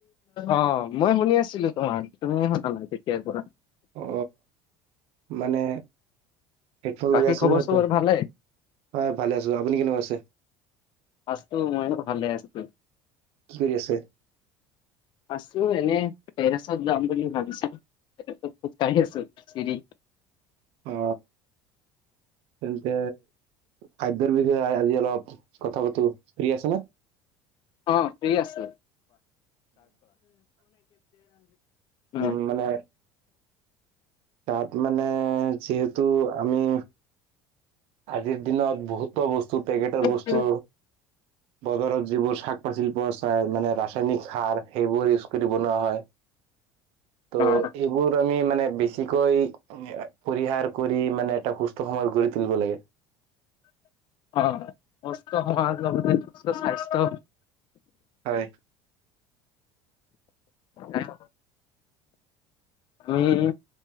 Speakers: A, on the left; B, on the right.
A: অ মই শুনি আছিলো তোমাৰ তুমি শুনা নাই তেতিয়া পৰা
B: অ মানে হেডফোন
A: বাকী
B: লগাই আছিল
A: খবৰ
B: ন
A: চবৰ
B: তই
A: ভালে?
B: হয় ভালে আছো আপুনি কেনেকুৱা আছে
A: আছো মইয়ো ভালে আছো
B: কি কৰি আছে
A: আছো এনে টেৰেছত যাম বুলি ভাবিছো খোজকাঢ়ি আছো চিৰি
B: অ তেন্তে খাদ্য বিষয়ে <unintelligible> আজি অলপ কথা পাতো ফ্ৰী আছে না
A: অ ফ্ৰ্ৰী আছো অ
B: উম মানে তাত মানে যিহেতু আমি আজিৰ দিনত বহুতো বস্তু পেকেটৰ বস্তু
A: কৰা।
B: বজাৰত যিবোৰ শাক পাচলি পোৱা চায় মানে ৰাসায়নিক সাৰ সেইবোৰ ইউজ কৰি বনোৱা হয় ত'
A: অ
B: এইবোৰ আমি মান মে বেছিকৈ পৰিহাৰ কৰি মানে এটা সুস্থ সমাজ গঢ়ি তুলিব লাগে
A: অ সুস্থ সমাজ লগতে সুস্থ স্বাস্থ্য
B: হয়
A: আহ <inaudible> আমি